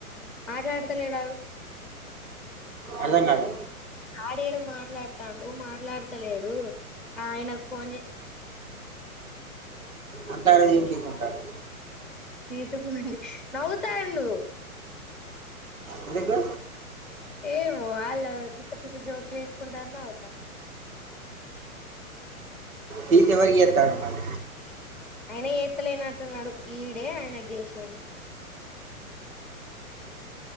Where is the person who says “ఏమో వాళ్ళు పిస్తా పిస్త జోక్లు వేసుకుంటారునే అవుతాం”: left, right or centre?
Centre